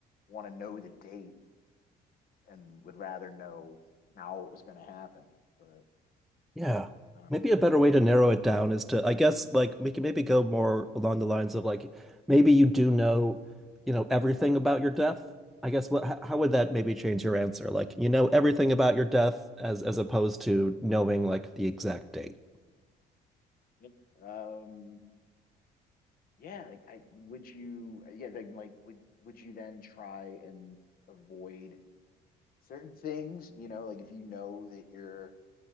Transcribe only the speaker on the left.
want to know the date and would rather know how it was going to happen. But
you know I don't
know.
Like, Um, yeah, like I would you yeah, then like would would you then try and avoid certain things, you know, like if you know that you're,